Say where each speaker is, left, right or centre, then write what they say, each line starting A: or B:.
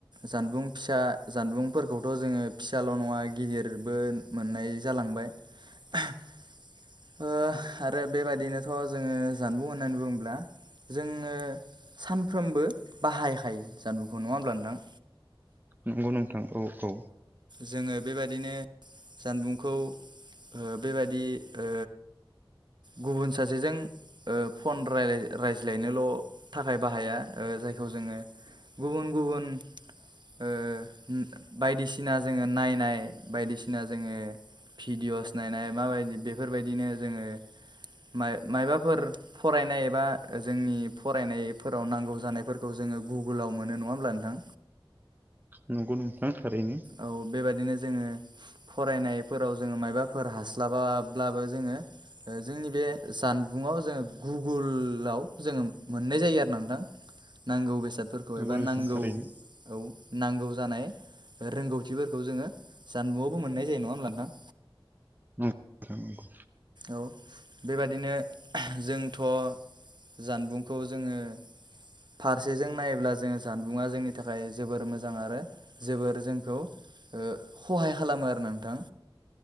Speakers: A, on the right; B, on the right.
A: जानबुं फिसा जानबुंफोरखौथ' जोङो फिसाल' नङा गिदिरबो मोननाय जालांबाय ओ आरो बेबाददिनोथ' जोङो जानबुं होननानै बुङोब्ला जोङो सानफ्रोमबो बाहायखायो जानबुंखौ नङा होमब्ला नोंथां
B: नंगौ नोंथां औ औ
A: जोङो बेबायदिनो जानबुंखौ ओ बेबायदि ओ गुबुन सासेजों ओ फन रायाय रायज्लायनोल' थाखाय बाहाया ओ जायखौ जोङो गुबुन गुबुन ओ ओम बायदिसिना जोङो नायनाय बायदिसिना जोङो भिडिअ'स नायनाय माबायदि बेफोरबायदिनो जोङो माय मायाबाफोर फरायनाय एबा जोंनि फरायनायफोराव नांगौ जानायफोरखौ जों जोङो गुगोलाव मोनो नङा होमब्ला नोंथां
B: नंगौ नोंथां थारैनो
A: औ बेबादिनो जोङो फरायनायफोराव जोङो मायबाफोर हास्लाबाब्लाबो जोङो ओ जोंनि बे जानबुङाव जोङो गुगुलाव जोङो मोननाय जायो आरो नोंथां नांगौ बेसादफोरखौ
B: नंगौ
A: एबा
B: नोंथां
A: नांगौ
B: थारैनो
A: औ नांगौ जानाय रोंगौथिफोरखौ जोङो जानबुंआवबो मोननाय जायो नङा होमब्ला नोंथां
B: नंगौ नंगौ
A: औ बेबादिनो जोंथ' जानबुंखौ जोङो फारसेजों नायोब्ला जोङो जानबुंङा जोंनि थाखाय जोबोर मोजां आरो जोबोर जोंखौ ओ खहाय खालामो आरो नोंथां